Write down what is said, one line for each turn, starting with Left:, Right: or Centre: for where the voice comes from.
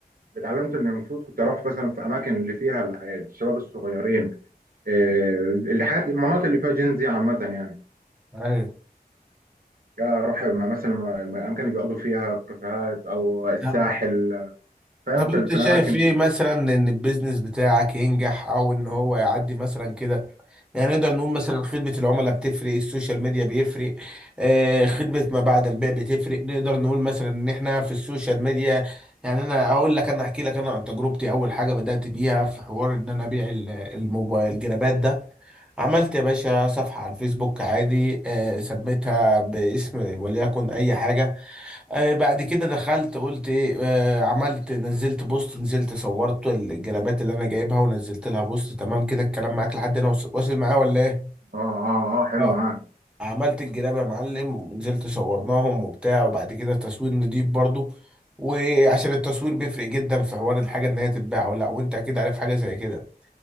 Right: اتعلمت إن المفروض كنت أروح مثلا في أماكن اللي فيها الشباب الصغيرين آه، اللي حاجات المناطق اللي فيها جينزي عامة يعني
Centre: ايوه
Right: يا أروح مع- مثلا الأماكن اللي بيقعدوا فيها في كافيهات أو الساحل
Centre: طب
Right: فاهم
Centre: طب
Right: في
Centre: انت
Right: في
Centre: شايف
Right: الأماكن
Centre: ايه
Right: دي
Centre: مثلا ان البيزنس بتاعك ينجح او ان هو يعدي مثلا كده يعني نقدر نقول مثلا خدمة العملاء بتفرق السوشيال ميديا بيفرق آه خدمة ما بعد البيع بتفرق نقدر نقول مثلا ان احنا في السوشيال ميديا يعني انا اقول لك انا احكي لك انا عن تجربتي اول حاجة بدأت بيها في حوار ان انا ابيع ال- الموبايل الجرابات ده عملت يا باشا صفحة على الفيسبوك عادي آه سميتها باسم وليكن اي حاجة آه، بعد كده دخلت قلت ايه آه، عملت نزلت بوست نزلت صورت الجرابات اللي انا جايبها ونزلت لها بوست تمام كده الكلام معاك لحد هنا وص- واصل معاه ولا ايه
Right: اه اه اه حلو
Centre: اه
Right: معاك
Centre: عملت الجراب يا معلم ونزلت صورناهم وبتاع وبعد كده تصوير نضيف برضو وعشان التصوير بيفرق جدا في حوار الحاجة ان هي تتباع ولا لا وانت اكيد عارف حاجة زي كده